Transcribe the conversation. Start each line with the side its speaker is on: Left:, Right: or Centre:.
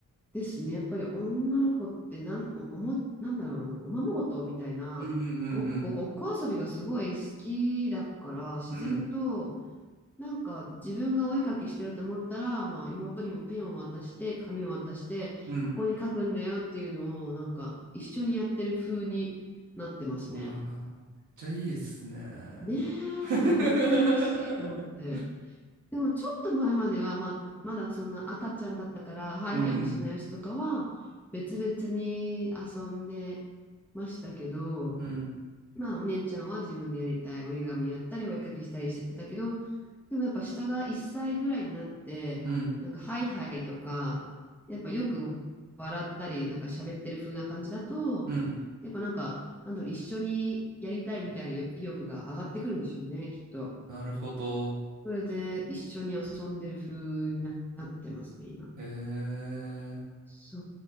Centre: ですね。やっぱり女の子ってなん、お、おも、なんだろう、あの、おままごとみたいな、
Right: うんうんうん
Centre: ごっこ、ごっこ遊びがすごい好きだから、自然と、
Right: うん
Centre: なんか自分がお絵描きしてると思ったら、まあ、妹にもペンを渡して紙を渡してここに書くんだよっていうのをなんか一緒にやってる風になってますね。
Right: うんうんうわあ、めっちゃいいっすね。
Centre: ねえ、
Right: <laughs>
Centre: 微笑ましいと思って。でもちょっと前までは、まあ、まだそんな赤ちゃんだったからハイハイもしないやつとかは別々に遊んでましたけど、
Right: うんうんうん
Centre: まあ、お姉ちゃんは自分でやりたい折り紙やったり、お絵かきしたりしてたけど、でもやっぱ下が1歳ぐらいになって、
Right: うん
Centre: なんかハイハイとか、やっぱよく笑ったり、なんか喋ってる風な感じだと、
Right: うん。
Centre: やっぱなんか、なんだろう、一緒にやりたいみたいなよ意欲が上がってくるんでしょうね、きっと。
Right: なるほど。
Centre: それで一緒に遊んでる風になってますね、今。
Right: へえ。
Centre: そ